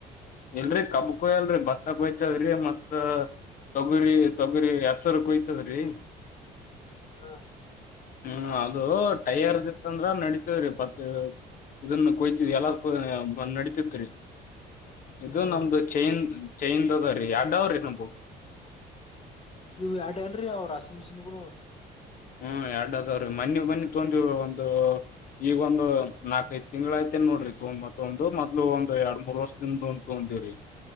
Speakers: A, on the left; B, on the left.
A: ಎಲ್ರರಿ ಕಬ್ಕಯ್ ಅಲ್ರಿ ಬತ್ ಕೊಯ್ತದ್ರಿ ಮತ್ ತೊಗುರಿ ತೊಗುರಿ ಹೆಸರು ಕೊಯ್ತದ್ರಿ
B: ಹ್ಮ
A: ಹ್ಮ್ ಅದು ಟೈಯರ್ದ ಇತ್ತಂದ್ರ ನಡತೇವ್ರಿ ಬ ಇದನ್ನು ಕೊಯ್ತ ಎಲ್ಲ ನಡತಿರ್ತಾರೆ
B: ಹ್ಮ್
A: ಇದು
B: ಹಾ
A: ನಮ್ದು ಚೈನ್ ಚೈನ್ದ್ರೀ ಎಡ್ಡವ್ರಿ ನಮು
B: ನೀವು ಎಡ ಏನ್ರೀ ಅವ ರಾಷಿಂಗ್ ಮಿಷಿನ್ ಗಳು
A: ಹ್ಮ್ ಎರಡು ಅದಾವ್ರೀ ಮನ್ನಿ ಮನ್ನಿ ತೊಂದ ಒಂದು ಈಗ ಒಂದು ನಾಲ್ಕ್ ಐದ ತಿಂಗ್ಗಳ ಐತೇನ್ ನೋಡ್ರಿ ತಂಬತ್ ಒಂದು ಮೊ್ಲು ಒಂದು ಎರಡ್ ಮೂರ್ ವರ್ಷದಿಂದ ಉಂಟು ಂದರ